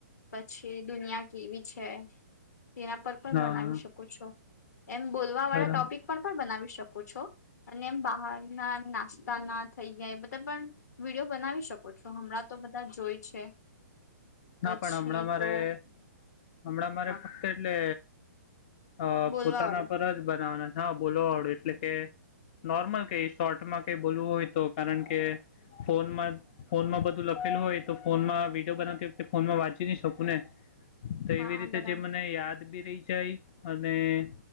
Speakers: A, on the left (about 70°); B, on the left (about 35°).
A: પછી દુનિયા કેવી છે તેના પર પણ
B: હા
A: બનાવી શકો છો એમ બોલવા વાળા
B: બરાબર
A: ટોપિક પણ પણ બનાવી શકો છો એમ બહાર ના નાસ્તા ના થઈ ગયે બધા પણ વિડીયો બાનવી શકો છો હમણાં તો બધા જોઈ છે પછી
B: ના પણ હમણાં મારે
A: તો
B: હમણાં મારે
A: હા
B: ફક્ત એટલે અ
A: બોલવા
B: પોતાના
A: વાળું
B: પર જ બનાવના છે બોલોવાળું એટલે કે નોર્મલ કઈ શોર્ટમાં કઈ બોલવું હોય તો કારણ કે ફોનમાં ફોનમાં બધું લખેલું હોય તો ફોનમાં વિડીયો બનાવતી વક્તે ફોનમાં વાંચી નહી શકું ને તો
A: હા
B: એવી રીતે
A: બરાબર
B: જે મને યાદ બી રહી જાય અને